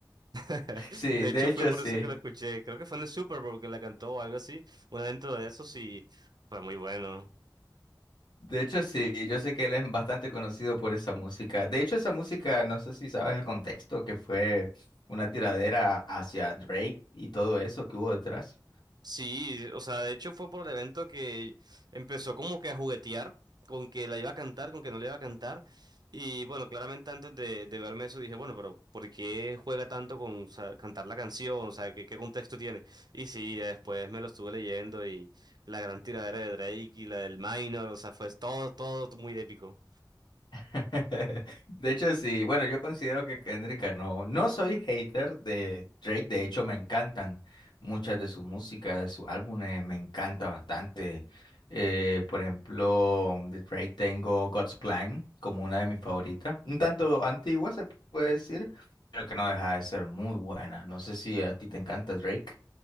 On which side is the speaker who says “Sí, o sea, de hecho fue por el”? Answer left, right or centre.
Right